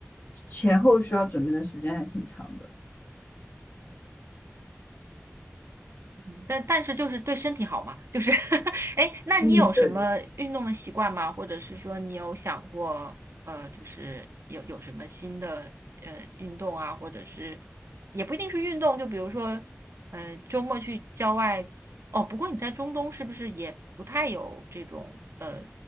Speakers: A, on the left; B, on the right.
A: 前后需要准备的时间还挺长的。
B: 嗯但但是就是对身体好嘛，就是 <laughs> 哎，那你有什么运动的习惯吗？
A: 嗯，对
B: 或者是说你有想过，呃，就是有有什么新的呃运动啊，或者是也不一定是运动，就比如说，呃，周末去郊外，哦，不过你在中东是不是也不太有这种呃，